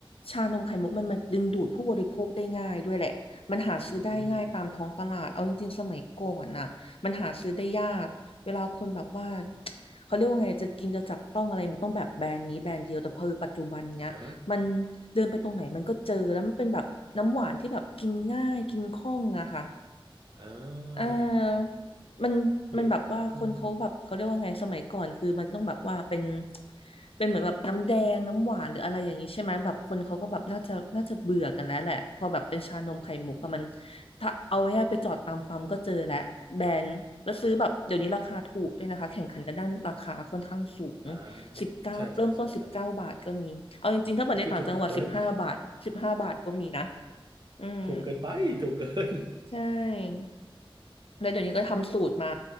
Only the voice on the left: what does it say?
ชานมไข่มุกมันมันดึงดูดผู้บริโภคได้ง่ายด้วยแหละ มันหาซื้อได้ง่ายตามท้องตลาดเอาจริงๆสมัยก่อนน่ะมันหาซื้อได้ยาก
เวลาคนแบบว่าเขาเรียกว่าไงจะกินจะจับต้องอะไรมันต้องแบบแบรนด์นี้แบรนด์เดียวแต่พอปัจจุบันเนี้ยมัน
เดินไปตรงไหนมันก็เจอแล้วมันเป็นแบบน้ำหวานที่แบบกินง่ายกินคล่องอะค่ะ
อ่ามันมันแบบว่าคนเขาแบบเขาเรียกว่าไงสมัยก่อนคือมันจะต้องแบบว่าเป็น
เป็นเหมือนแบบน้ำแดงน้ำหวานหรืออะไรอย่างนี้ใช่ไหมแบบคนเขาก็แบบน่าจะน่าจะเบื่อกันแล้วแหละพอแบบเป็นชานมไข่มุกอะมัน
ถ้าเอาง่ายๆไปจอดตามปั๊มก็เจอแล้วแบรนด์แล้วซื้อแบบเดี๋ยวนี้ราคาถูกด้วยนะคะแข่งขันกันด้านราคาค่อนข้างสูง
สิบเก้าเริ่มต้นสิบเก้าบาทก็มีเอาจริงๆถ้าเปิดในต่างจังหวัดสิบห้าบาทสิบห้าบาทก็มีนะ
อืม
ใช่ แล้วเดี๋ยวนี้ก็ทำสูตรมา